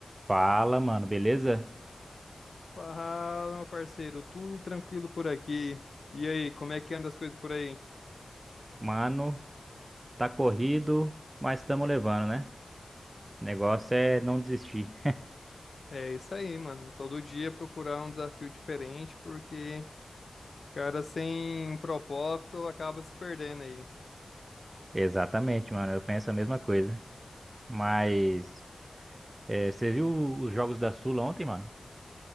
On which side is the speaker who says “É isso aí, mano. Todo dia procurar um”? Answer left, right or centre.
Left